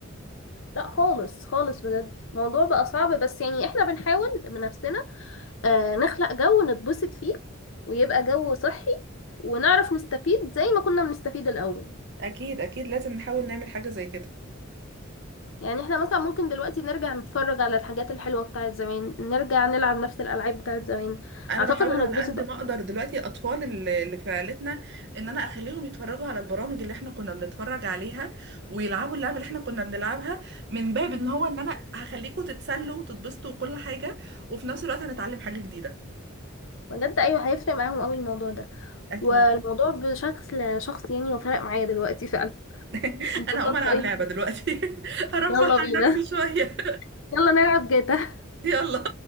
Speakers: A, on the left (about 70°); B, on the right (about 60°).
A: لا خالص خالص بجد الموضوع بقى صعب بس يعني احنا بنحاول بنفسنا آه، نخلق جو نتبسط فيه ويبقى جو صحي ونعرف نستفيد زي ما كنا بنستفيد الأول
B: اكيد اكيد لازم نحاول نعمل حاجه زي كده
A: يعني احنا مثلا ممكن دلوقتي نرجع نتفرج على الحاجات الحلوة بتاعت زمان نرجع نلعب نفس الألعاب بتاعت زمان
B: انا
A: أعتقد
B: بحاول
A: هنتبسط
B: على قد
A: أكتر.
B: ما اقدر دلوقتي الاطفال اللي اللي في عيلتنا ان انا اخليهم يتفرجوا على البرامج اللي احنا كنا بنتفرج عليها ويلعبوا اللعبه اللي احنا كنا بنلعبها من باب ان هو ان انا هخليكم تتسلوا وتتبسطوا وكل حاجه وفي نفس الوقت هنتعلم حاجه جديده
A: بجد أيوة هيفرق معاهم أوي الموضوع ده
B: اكيد
A: والموضوع بشكل شخص يعني وفرق معايا دلوقتي فعلا
B: <laughs>
A: انبسطت
B: انا هقوم العب
A: أوي
B: لعبه دلوقتي <laughs> ارفه
A: يلا بينا
B: عن نفسي شويه
A: يلا نلعب جاتا
B: <laughs> يلا